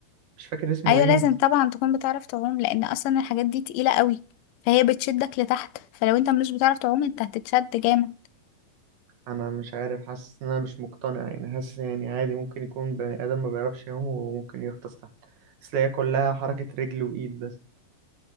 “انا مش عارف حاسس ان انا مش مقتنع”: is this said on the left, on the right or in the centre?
Right